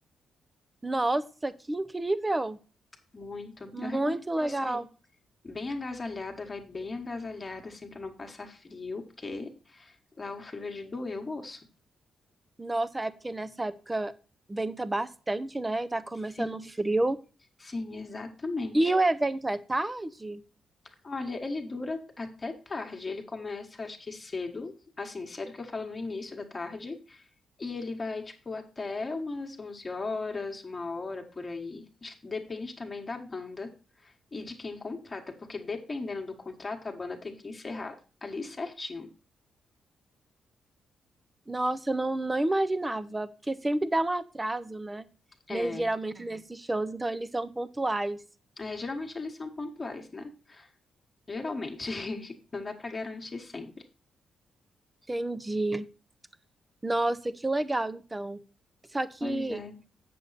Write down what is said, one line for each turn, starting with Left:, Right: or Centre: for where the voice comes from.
Right: Nossa, que incrível!
Left: muito.
Right: Muito
Left: Eu recomendo
Right: legal.
Left: você ir. Bem agasalhada, vai bem agasalhada, assim, pra não passar frio, porque lá o frio é de doer o osso.
Right: Nossa, é porque nessa época venta bastante, né? E tá começando
Left: Sim,
Right: o frio.
Left: sim, exatamente.
Right: E o evento é tarde?
Left: Olha, ele dura até tarde. Ele começa, acho que cedo, assim, cedo que eu falo no início da tarde, e ele vai, tipo, até umas 11 horas, uma hora por aí. Acho que depende também da banda e de quem contrata, porque dependendo do contrato, a banda tem que encerrar ali certinho.
Right: Nossa, eu não, não imaginava, porque sempre dá um atraso, né?
Left: É,
Right: Nes- geralmente nesses shows, então eles são pontuais.
Left: é, geralmente eles são pontuais, né? Geralmente. <laughs> Não dá pra garantir sempre.
Right: Entendi. Nossa, que legal, então. Só que
Left: Pois é.